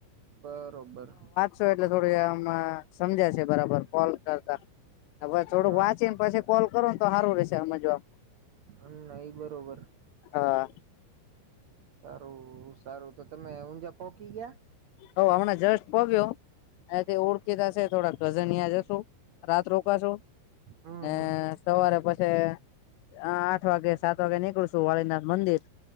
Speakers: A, on the right; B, on the left.
A: બરોબર
B: સો એટલે થોડું આમા સમજાય છે, બરાબર કોલ કરતા
A: હા
B: થોડું વાંચી ને પછી કોલ કરો તો, હારું રહેશે હમજવા
A: હમ્મ નહી બરોબર
B: હા
A: સારું સારું, તો તમે ઊંઝા પોકી ગયા?
B: હો, હમણાં જસ્ટ પોક્યો અહીંયા કઈ ઓળખીતા શે થોડા કઝનિયા જાશું રાત રોકાશુ
A: હમ
B: ને
A: હમ
B: સવારે પછી અ આઠ વાગે, સાત વાગે નીકળશું વાળીનાથ મંદિર.